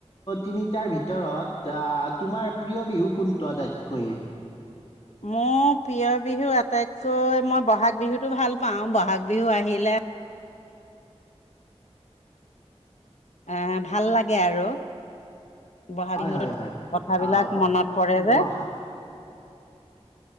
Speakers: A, on the left (about 55°); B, on the left (about 85°).
A: তিনিটাৰ ভিতৰত আহ তোমাৰ প্ৰিয় বিহু কোনটো আটাইতকৈ
B: মোৰ প্ৰিয় বিহু আটাইতকৈ মই বহাগ বিহুতটো ভাল পাওঁ বহাগ বিহু আহিলে এ ভাল লাগে আৰু বহাগ
A: হয়
B: বিহুতত
A: হয় হয়
B: কথাবিলাক
A: আহ
B: মনত পৰে যে
A: বা-